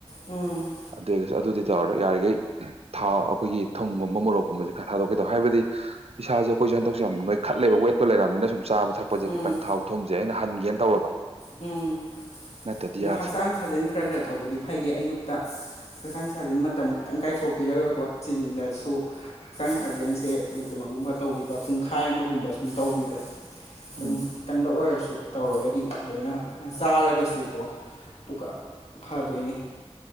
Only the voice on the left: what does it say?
ꯎꯝ
ꯎꯝ
ꯎꯝ
ꯑꯗꯣ
ꯍꯛꯆꯥꯡ ꯁꯥꯖꯦꯟ ꯈꯔ ꯈꯔ ꯇꯧꯕꯗꯤ ꯐꯩꯌꯦ ꯑꯌꯨꯛꯇ ꯍꯛꯆꯥꯡ ꯁꯥꯖꯦꯟ ꯃꯇꯝ ꯈꯤꯇꯪ ꯀꯥꯏꯊꯣꯛꯄꯤꯔꯒꯀꯣ ꯆꯤꯜꯂꯁꯨ ꯍꯛꯆꯥꯡ
ꯁꯥꯖꯦꯜꯁꯦ ꯀꯩꯅꯣꯒꯨꯝꯕ ꯇꯧꯕꯤꯕ ꯄꯨꯡꯈꯥꯏ ꯑꯃꯒꯨꯝꯕ ꯁꯨꯝ ꯇꯧꯕꯤꯕ ꯑꯗꯨꯝ
ꯈꯤꯇꯪꯗ ꯑꯣꯏꯔꯁꯨ ꯇꯧꯔꯒꯗꯤ ꯂꯣꯏꯅ ꯆꯥꯔꯒꯁꯨꯀꯣ ꯑꯗꯨꯒ ꯐꯗꯣꯏꯅꯤ